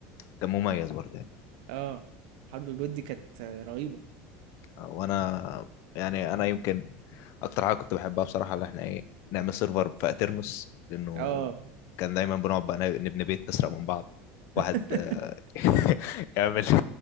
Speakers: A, on the left (about 55°); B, on the right (about 75°).
A: كان مميز برضه يعني
B: اه حرب البيض دي كانت آه، رهيبه
A: وانا يعني انا يمكن اكتر حاجه كنت بحبها بصراحه اللي احنا ايه نعمل سيرفر في اترنس لانه
B: اه
A: كان دايما بنقعد بقى نبني بيت نسرق من بعض
B: <laughs>
A: واحد آه، <laughs> يعمل